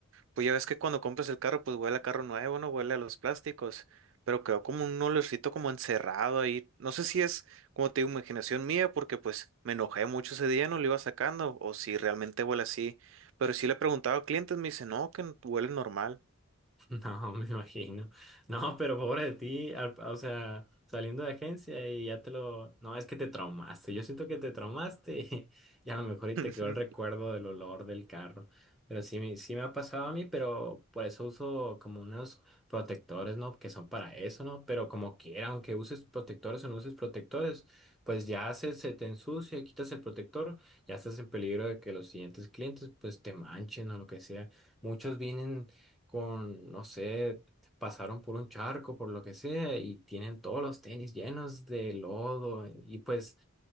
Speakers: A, on the right (about 60°); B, in the centre.
A: pues ya ves que cuando compras el carro, pues huele a carro nuevo, no huele a los plásticos, pero quedó como un olorcito como encerrado ahí. No sé si es, como te digo, imaginación mía, porque pues me enojé mucho ese día, no lo iba sacando, o si realmente huele así, pero sí le preguntaba a clientes, me dice, no, que huele normal.
B: <laughs> No, me imagino. No, pero pobre de ti, al- o sea, saliendo de agencia y ya te lo... No, es que te traumaste. Yo siento que te traumaste <laughs> y a lo mejor y
A: <laughs>
B: te quedó el recuerdo del olor del carro. Pero sí, me- sí me ha pasado a mí, pero por eso uso como unos protectores, ¿no? Que son para eso, ¿no? Pero como quiera, aunque uses protectores o no uses protectores, pues ya se, se te ensucia, quitas el protector, ya estás en peligro de que los siguientes clientes pues te manchen o lo que sea. Muchos vienen con, no sé, pasaron por un charco, por lo que sea, y tienen todos los tenis llenos de lodo, y pues